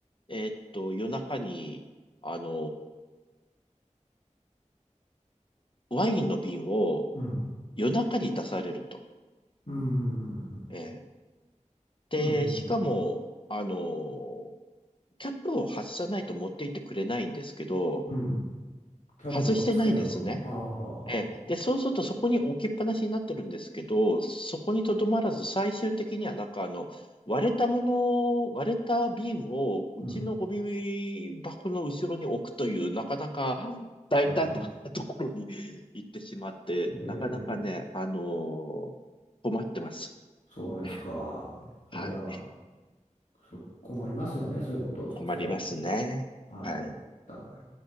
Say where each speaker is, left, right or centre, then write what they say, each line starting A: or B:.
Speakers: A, on the left; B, on the left.
A: えーっと、夜中に、あの、ワインの瓶を
B: うん、
A: 夜中に出されると。
B: うん、うん、
A: えーで、
B: うん、うん。
A: しかも、あのーキャップを外さないと持っていってくれないんですけど、
B: うんキャップをつけたまま。
A: 外してないんですね。
B: はあはあはあはあ。
A: ええ。で、そうするとそこに置きっぱなしになってるんですけど、そこにとどまらず最終的にはなんかあの、割れたもの、割れた瓶をうちのゴミ箱の後ろに置くというなかなか大胆なところに行ってしまって、
B: うん。あらま。えー、
A: なかなかね、あの困ってます。
B: そうですか。
A: ええ
B: そりゃ、
A: はい。
B: そ困りますよね。そういうことをされてると。
A: 困りますね。
B: はい。
A: はい。
B: お互い